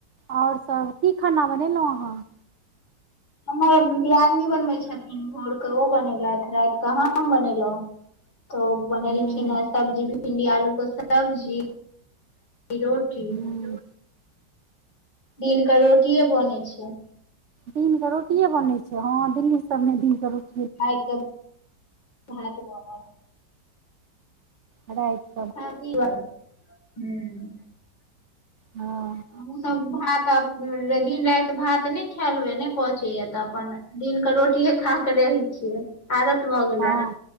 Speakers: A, on the right; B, on the left.
A: आओर सब की खाना बनेलहुँ अहाँ।
B: हमर दियादनी बनबे छथिन। भोर के ओ बनेलथि रैति केऽ हम बनेल तऽ ओ बनेलखिन
A: हूँ
B: हे सब्जी भिंडी आलू के सब्जी। <unintelligible>
A: हूँ
B: दिन कऽ रोटिए बनै छैय।
A: दिनकऽ रोटिेये बनै छैय, हँ दिल्ली सबमे दिनकऽ रोटी
B: रैति के भात बनल।
A: रैति
B: <inaudible>
A: हँ।
B: हमहूँ सब भात आब दिन राति भात नहि खायल होए नहि पचैय तऽ अपन दिनके रोटिए खा के रहै छियै आदत भऽ गेलए।
A: हँ